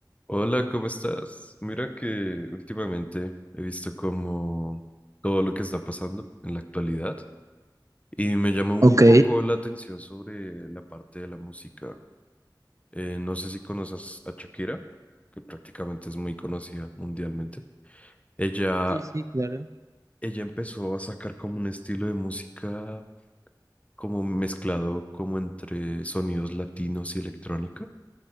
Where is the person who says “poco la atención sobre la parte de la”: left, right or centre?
Left